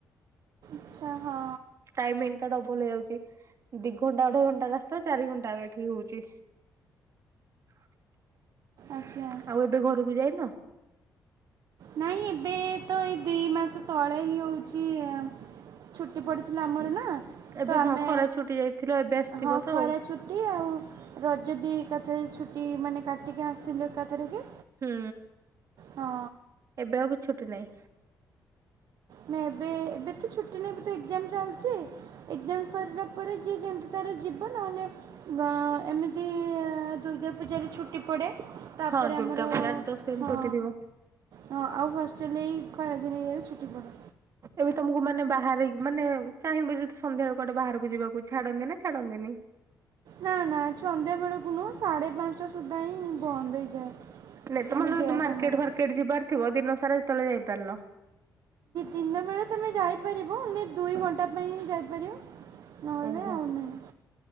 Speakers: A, on the right; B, on the right.
A: ଆଚ୍ଛା ହଁ।
B: ଟାଇମିଙ୍ଗ ଟା ଡବଲ ହେଇଯାଉଛି ଦି ଘଣ୍ଟା ଅଢେଇ ଘଣ୍ଟା ରାସ୍ତା ଚାରି ଘଣ୍ଟା ଏଠି ହଉଛି। ହ <unintelligible>
A: ଆଜ୍ଞା।
B: ଆଉ ଏବେ ଘରକୁ ଯାଇନ?
A: ନାଇଁ ଏବେ ତ ଏଇ ଦି ମାସ ତଳେ ହିଁ ହୋଉଛି ଛୁଟି ପଡିଥିଲା ଆମର ନା।
B: ଏବେ
A: ତ
B: ହଁ
A: ଆମେ
B: ଖରା ଛୁଟି ଯାଇଥିଲ ଏବେ ଆସିଥିବ
A: ହଁ
B: ତ
A: ଖରା
B: ଆଉ
A: ଛୁଟି ଆଉ ରଜ ବି ଏକାଥରେ ଛୁଟି ମାନେ କାଟିକି ଆସିଲୁ ଏକାଥରେ କେ।
B: ହୁଁ
A: ହଁ।
B: ଏବେ ଆଉ କିଛି ଛୁଟି ନାହିଁ? <inaudible>
A: ନା ଏବେ ତ ଛୁଟି ନାଇଁ ତ ଏକ୍ଜାମ୍ ଚାଲିଛି ଏକ୍ଜାମ୍ ସରିଲା ପରେ ଯିଏ ଯେମତି ତାର ଯିବ ନହେଲେ ବା ଏମିତି ଦୁର୍ଗା ପୂଜାରେ ଛୁଟି ପଡେ। ତାପରେ
B: ହଁ ଦୁର୍ଗା
A: ଆମର
B: ପୂଜା ଆଠ ଦଶ ଦିନ
A: ହଁ।
B: ଛୁଟି ଥିବ
A: ହଁ ଆଉ ହଷ୍ଟେଲ୍ ଏଇ ଖରା ଦିନେ ଇଏରେ ଛୁଟି ପଡେ।
B: ଏବେ ତମକୁ ମାନେ ବାହାରେ ରହିକି ମାନେ ଚାହିଁବ ଯଦି ସନ୍ଧ୍ୟାବେଳେ କୁଆଡେ ବାହାରକୁ ଯିବାକୁ ଛାଡନ୍ତି ନା ଛାଡନ୍ତିନି?
A: ନାଁ ନାଁ ସନ୍ଧ୍ୟା ବେଳକୁ ନୁହୁଁ ସାଢ଼େ ପାଞ୍ଚଟା ସୁଦ୍ଧା ହିଁଁ ବନ୍ଦ ହେଇଯାଏ।
B: ନାଇଁ ତମର
A: ମାନେ ଗେଟ୍
B: ଧର ମାର୍କେଟ୍
A: ଆମର
B: ଫାର୍କେଟ୍ ଯିବାର ଥିବ ଦିନ ସାରା ଯେତେବେଳେ ଯାଇପାରିଲ।
A: ଦିନ ବେଳେ ତମେ ଯାଇପାରିବ ହେଲେ ଦୁଇ ଘଣ୍ଟା ପାଇଁ ହିଁ ଯାଇପାରିବ। ନହେଲେ
B: ଓହୋ
A: ଆଉ ନାହିଁ